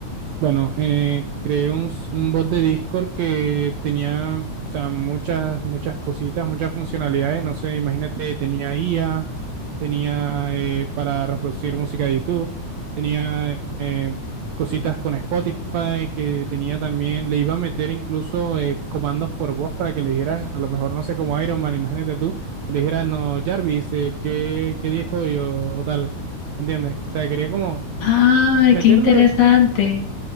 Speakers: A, on the right (about 80°); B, on the left (about 55°).
A: Bueno, eh, creé un, s- un bot de Discord que tenía, o sea, muchas, muchas cositas, muchas funcionalidades. No sé, imagínate, tenía IA, tenía eh, para reproducir música de YouTube, tenía eh, cositas con Spotify, que tenía también, le iba a meter incluso eh, comandos por voz para que le dijeras, a lo mejor, no sé, como Iron Man, imagínate tú, que le dijeras, no, Jarvis, eh, ¿qué, qué día es hoy? o o tal, ¿entiendes? O sea, quería como
B: Ay,
A: meterle
B: qué interesante.